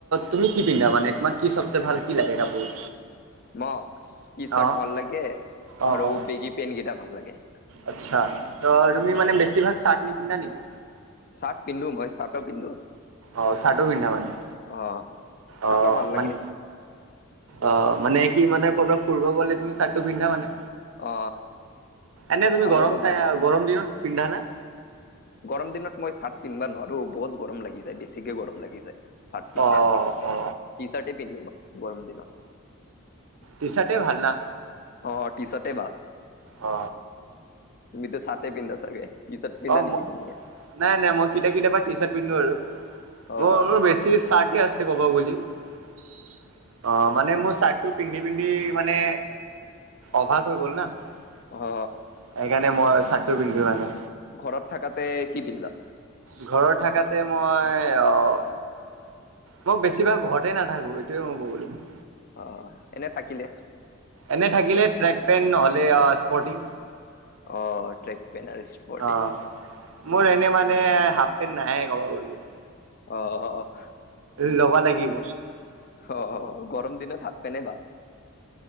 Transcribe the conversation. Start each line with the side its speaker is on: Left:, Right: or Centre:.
Right: তুমি কি পিন্ধা মানে তোমাক কি চবচে ভাল কি লাগে কাপোৰ
Left: মোক টি-চাৰ্ট
Right: অ'
Left: ভাল লাগে
Right: অ'
Left: আৰু
Right: অ'
Left: বেগী পেনকেইটা ভাল লাগে।
Right: আচ্ছা ত তুমি
Left: অ'
Right: মানে বেছিভাগ চাৰ্ট নিপিন্ধা নেকি?
Left: চাৰ্ট পিন্ধো। মই চাৰ্টো পিন্ধো।
Right: অ', চাৰ্টো পিন্ধা মানে?
Left: অ চাৰ্টো
Right: অ',
Left: ভাল লাগে
Right: মান অ', মানে কি মানে ক'ৰবাত ফুৰিব গ'লে তুমি চাৰ্টটো পিন্ধা মানে?
Left: অ
Right: এনে তুমি
Left: আৰু
Right: গৰমতায়ে
Left: অকল
Right: গৰম দিনত পিন্ধা নে?
Left: গৰম দিনত মই চাৰ্ট পিন্ধবা নোৱাৰো। বহুত গৰম লাগি যায়। বেছিকে গৰম লাগি যায়। চাৰ্ট পিন্ধিলে
Right: অ
Left: আৰু। টি-চাৰ্টেই
Right: অ
Left: পিন্ধো মই গৰম দিনত।
Right: টি-চাৰ্টেই ভাল না।
Left: অ', টি-চাৰ্টেই ভাল।
Right: অ
Left: তুমিতো চাৰ্টেই পিন্ধা চাগে? টি চাৰ্ট পিন্ধা
Right: অ',
Left: নেকি
Right: ম
Left: তুমি
Right: নাই নাই মই কেতিয়া কেতিয়াবা টি-চাৰ্ট পিন্ধো আৰু।
Left: অ
Right: মোৰ বেছি চাৰ্টে আছে ক'ব বুলি। অ', মানে মোৰ চাৰ্ট টো পিন্ধি পিন্ধি মানে অভাগ হৈ গ'ল না। সেইকাৰণে
Left: অ
Right: মই চাৰ্টটো পিন্ধো মানে।
Left: ঘৰত থাকাতে কি পিন্ধা?
Right: ঘৰত থাকাতে মই অহ মই বেছিভাগ ঘৰতেই নাথাকো। এইটোৱে মোৰ প্ৰবলেম।
Left: অ', এনে থাকিলে?
Right: এনে থাকিলে ট্ৰেক পেণ্ট নহ'লে স্পৰ্টিং।
Left: অ', ট্ৰেক পেণ্ট আৰু স্পৰ্টিং।
Right: অ'। মোৰ এনে মানে হাফ পেণ্ট নাহে ক'বা গ'লে।
Left: অ', অ', অহ।
Right: ল'বা লাগিব।
Left: হ, গৰম দিনত হাপ পেনে ভাল।